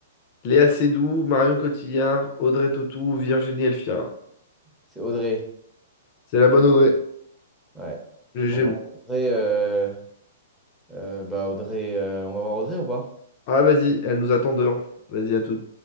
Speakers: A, on the left; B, in the centre.
A: Léa Seydoux, Marion Cotillard, Audrey Tautou, Virginie Elfira.
B: C'est Audrey.
A: C'est la bonne Audrey.
B: Ouais.
A: GG.
B: On va voir Audrey. euh, euh, bah Audrey. euh, On va voir Audrey ou pas?
A: Ah, vas-y, elle nous attend dehors. Vas-y, à toute.